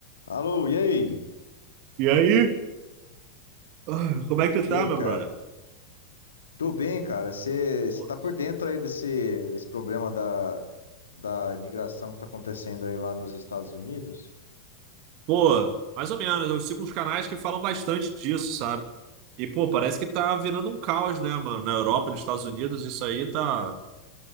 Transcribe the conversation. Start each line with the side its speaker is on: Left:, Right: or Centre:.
Left: Alô, e aí?
Right: E aí? Ah, Como é que tu
Left: E
Right: tá,
Left: aí,
Right: meu
Left: cara?
Right: brother?
Left: Tô bem, cara. Você
Right: Pô,
Left: tá por dentro aí desse, desse problema da, da imigração que tá acontecendo aí lá nos Estados Unidos?
Right: pô, mais ou menos. Eu sigo uns canais que falam bastante disso, sabe? E, pô, parece que tá virando um caos, né, mano? Na Europa, nos Estados Unidos, isso aí tá,